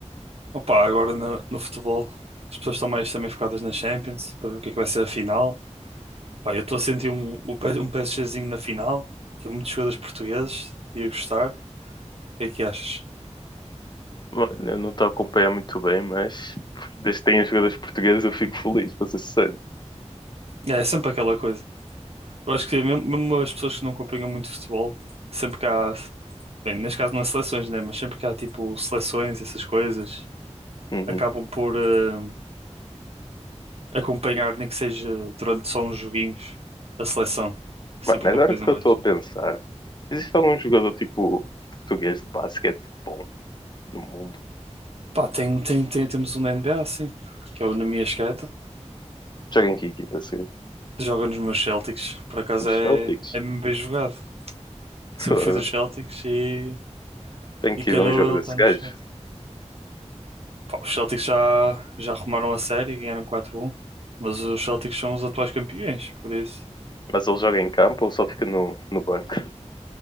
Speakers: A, on the right; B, on the left.
A: Opa, agora na- no, futebol as pessoas estão mais também focadas na Champions para ver o que é que vai ser a final. Pá, eu estou a sentir um, um P- um PSGzinho na final. Tem muitos jogadores portugueses. Ia gostar. O que é que achas?
B: Mano, eu não estou a acompanhar muito bem, mas desde que tenha jogadores portugueses eu fico feliz, para ser sincero.
A: É, é sempre aquela coisa. Eu acho que mesmo, mesmo as pessoas que não acompanham muito futebol, sempre que há, bem, neste caso não é seleções, né? Mas sempre que há tipo seleções, essas coisas,
B: Uhum.
A: acabam por eh, acompanhar, nem que seja durante só uns joguinhos, a seleção. É Sempre
B: Mano, agora
A: uma coisa
B: que
A: mais.
B: eu estou a pensar, existe algum jogador tipo português de basquete bom no mundo?
A: Pá, tem, tem, tem- temos um na NBA, sim, que é o Numi Asqueta.
B: Joga em que equipa, se
A: Joga nos meus Celtics, por acaso é,
B: Celtics.
A: é mesmo bem jogado.
B: <laughs>
A: Sempre
B: Foda.
A: fui dos Celtics e,
B: Tenho
A: e
B: que
A: calhou
B: ir ver um jogo
A: ele
B: desse
A: estar nos
B: gajo.
A: Celtics. Pá, os Celtics já, já arrumaram a série, ganharam 4 um mas os Celtics são os atuais campeões, por isso.
B: Mas ele joga em campo ou só fica no, no banco?